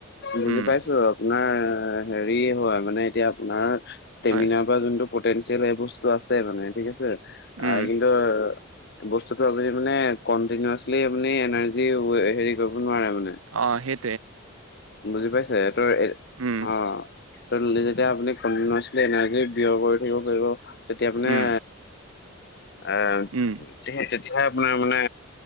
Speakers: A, on the left; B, on the right.
A: বুজি
B: উম
A: পাইছো আপোনাৰ হেৰি হয় মানে এতিয়া আপোনাৰ ষ্টেমিনাৰ
B: হয়
A: বা যোনটো পটেঞ্চিয়েল সেই বস্তুটো আছে মানে ঠিক আছে
B: উম
A: কিন্তু বস্তুতটো আপুনি মানে কণ্টিনিউয়াছলি আপুনি এনাৰ্জি হেৰি কৰিব নোৱাৰে ম
B: অ', সেই
A: বুজি পাইছে সিইতোৰ অ, <unintelligible>
B: উম
A: যেতিয়া আপুনি কণ্টিনিউয়াছলি এনাৰ্জি ব্যয় কৰি থাকিব পাৰিব তেতিয়া মানে
B: উম
A: অ,
B: উম
A: সেই তেতিয়া আপোনাৰ মানে